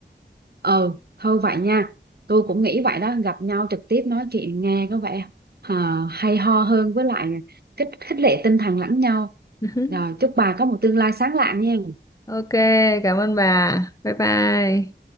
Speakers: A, on the right; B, on the left.
A: ừ thôi vậy nha tôi cũng nghĩ vậy đó gặp nhau trực tiếp nói chuyện nghe có vẻ à, hay ho hơn với lại là kích khích lệ tinh thần lẫn nhau
B: <laughs>
A: rồi chúc bà có một tương lai sáng lạng nha
B: Ok, cảm ơn bà. Bye bye.